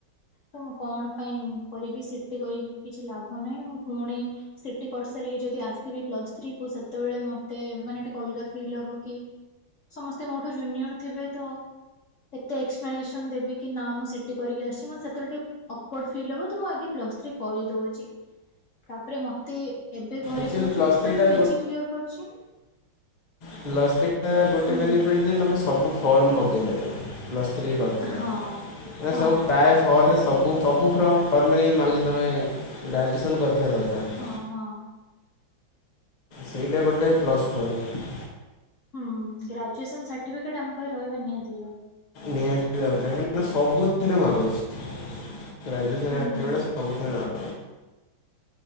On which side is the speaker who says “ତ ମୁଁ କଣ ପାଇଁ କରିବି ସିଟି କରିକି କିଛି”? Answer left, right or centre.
Left